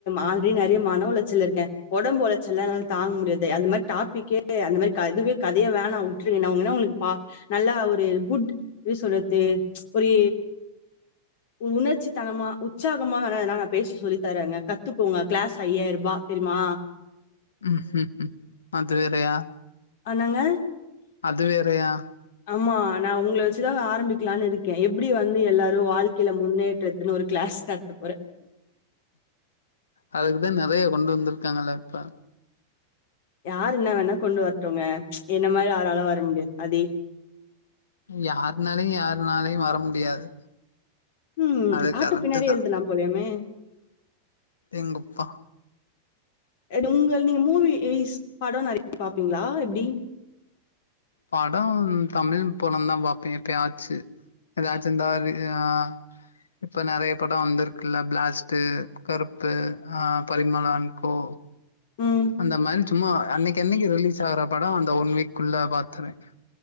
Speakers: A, on the left; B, on the left.
A: ஆல்ரெடி நெறைய மன உளச்சல்ல இருக்கே ஒடம்பு ஒலச்சல்லா என்னால தாங்க முடியாது அந்த மாரி டாபிக்கே அந்த மாரி கதுவே கதயே வேணா உங் உட்ருங்க நா வேனா உங்களுக்கு பா நல்லா ஒரு குட் எப்டி சொல்றது ப்ச் ஒரு உணர்ச்சி தனமா உற்சாகமா வேனா எதுனா நா பேசி சொல்லி தரேங்க கத்துக்கோங்க கிளாஸ் ஐயாயிரூபா தெரிமா
B: ம்ம்அது வேறயா
A: ஆனங்க
B: அது வேறயா
A: ஆமா நா உங்கள வச்சிதா ஆரம்பிக்கலான் இருக்க எப்டி வந்து எல்லாரு வாழ்க்கையில முன்னேற்ற இன்னொரு கிளாஸ் நடத்த போற
B: அதுக்குதா நறைய கொண்டு வந்திருக்காங்கல்ல அப்பா
A: யாரு இன்ன வேணா கொண்டு வரட்டுங்க என்ன மாறி ஆளாலு வர முடியாது அதே
B: யாருனாலயு யாருனாலயு வர முடியாது
A: ம்
B: அது
A: ஆட்டோ
B: கரெக்ட்டு
A: பின்னாடியு
B: தா
A: எழுதலா போலயாமே
B: எங்கப்பா
A: அண்ட் உங்கள் நீங்க மூவிஸ் படோ நெறைய பாப்பீங்களா எப்படி
B: படம் தமில் பொடந்தா பாப்பே எப்பயாச்சு எதாச்சு இந்தா ஆ இப்ப நெறைய படோ வந்துருக்குல்ல பிளாஸ்ட்டு கருப்பு ஆ பரிமளான் கோ
A: ம்
B: அந்த மாறி சும்மா அன்னைக்கு அன்னைக்கு ரிலீஸ் ஆகற படோ அந்த ஒன் வீக்குள்ள பாத்துருவே